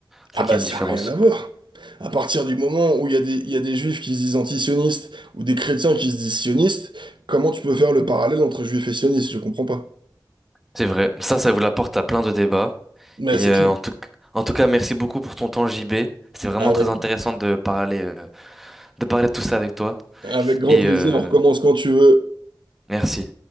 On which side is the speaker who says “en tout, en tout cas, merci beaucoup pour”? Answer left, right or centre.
Centre